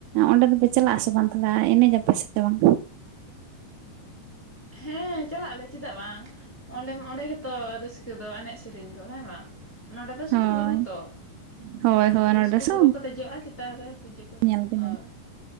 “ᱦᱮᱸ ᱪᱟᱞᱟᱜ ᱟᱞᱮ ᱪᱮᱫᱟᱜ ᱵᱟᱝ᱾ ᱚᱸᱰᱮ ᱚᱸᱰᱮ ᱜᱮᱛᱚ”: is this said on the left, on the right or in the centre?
Centre